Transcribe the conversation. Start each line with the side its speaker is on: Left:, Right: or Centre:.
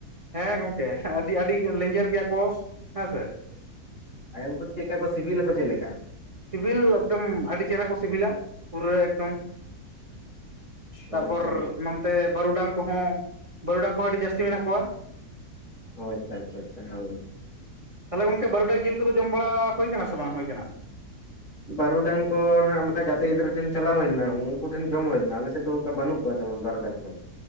Right: ᱦᱮᱸ ᱜᱚᱢᱠᱮ ᱟᱹᱰᱤ ᱟᱹᱰᱤ ᱞᱮᱸᱡᱮᱨ ᱜᱮᱭᱟ ᱠᱚ ᱦᱮᱸ ᱥᱮ᱾
Left: ᱟᱭ ᱩᱱᱠᱩ ᱪᱮᱜᱠᱟ ᱠᱚ ᱥᱤᱵᱤᱞᱟᱠᱚ ᱪᱮᱜ ᱞᱮᱠᱟ?
Right: ᱥᱤᱵᱤᱞ ᱮᱠᱫᱚᱢ ᱟᱹᱰᱤ ᱪᱮᱨᱦᱟ ᱠᱚ ᱥᱤᱵᱤᱞᱟ ᱯᱩᱨᱟᱹ ᱮᱠᱫᱚᱢ
Left: ᱚ
Right: ᱛᱟᱯᱚᱨ
Left: ᱟᱪᱪᱷᱟ
Right: ᱱᱚᱱᱛᱮ ᱵᱟᱹᱨᱩᱰᱟᱝ ᱠᱚᱦᱚᱸ ᱵᱟᱹᱨᱩᱰᱟᱝ ᱠᱚᱦᱚᱸ ᱟᱹᱰᱤ ᱡᱟᱹᱥᱛᱤ ᱢᱮᱱᱟᱜ ᱠᱚᱣᱟ᱾
Left: ᱚ ᱟᱪᱪᱷᱟ ᱟᱪᱷᱟ ᱟᱪᱪᱷᱟ ᱦᱳᱭ
Right: ᱛᱟᱞᱦᱮ ᱜᱚᱢᱠᱮ ᱵᱟᱹᱨᱩᱰᱟᱝ ᱡᱤᱞ ᱠᱚᱫᱚ ᱡᱚᱢ ᱵᱟᱲᱟ ᱦᱩᱭ ᱠᱟᱱᱟ ᱥᱮ ᱵᱟᱝ ᱦᱩᱭ ᱠᱟᱱᱟ?
Left: ᱵᱟᱹᱨᱩ ᱰᱟᱝ ᱠᱚ ᱱᱟᱦᱟᱜ ᱢᱤᱴᱟᱜ ᱜᱟᱛᱮ ᱜᱤᱫᱽᱨᱟᱹ ᱴᱷᱮᱱ ᱪᱟᱞᱟᱣ ᱦᱩᱭ ᱞᱮᱱᱟ ᱩᱱᱠᱩ ᱴᱷᱮᱱ ᱡᱚᱢ ᱦᱩᱭ ᱞᱮᱱᱟ᱾ ᱟᱞᱮᱥᱮᱜ ᱫᱚ ᱠᱟ ᱵᱟᱹᱱᱩᱜ ᱠᱚᱣᱟ ᱛᱮᱢᱚᱱ ᱵᱟᱨᱩᱰᱟᱝ ᱫᱚ᱾